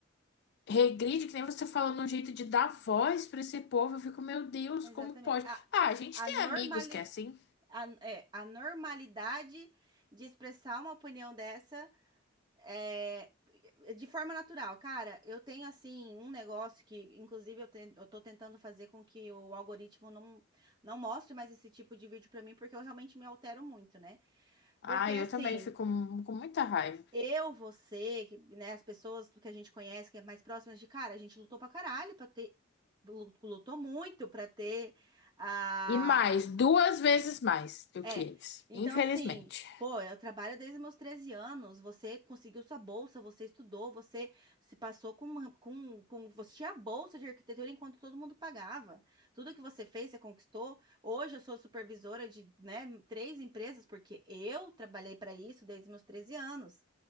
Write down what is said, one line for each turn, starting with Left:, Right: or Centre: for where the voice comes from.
Left: regride, que nem você falando, um jeito de dar voz pra esse povo, eu fico, meu Deus,
Right: exatamente.
Left: como pode?
Right: A,
Left: Ah, a gente
Right: a
Left: tem
Right: normali,
Left: amigos que é assim.
Right: a, é, a normalidade de expressar uma opinião dessa É, de forma natural, cara, eu tenho assim um negócio que, inclusive, eu, ten- eu tô tentando fazer com que o algoritmo não, não mostre mais esse tipo de vídeo pra mim, porque eu realmente me altero muito, né?
Left: Ah,
Right: Porque assim,
Left: eu também fico mu- com muita raiva.
Right: eu, você, que, né, as pessoas que a gente conhece, que é mais próximas de cara, a gente lutou pra caralho pra ter, lu- lutou muito pra ter a
Left: E mais, duas vezes mais do
Right: É.
Left: que eles,
Right: Então,
Left: infelizmente.
Right: assim, pô, eu trabalho desde meus 13 anos. Você conseguiu sua bolsa, você estudou, você se passou com, uma- com, com. Você tinha a bolsa de arquitetura enquanto todo mundo pagava. Tudo que você fez, você conquistou. Hoje eu sou supervisora de, né, três empresas, porque eu trabalhei para isso desde meus 13 anos.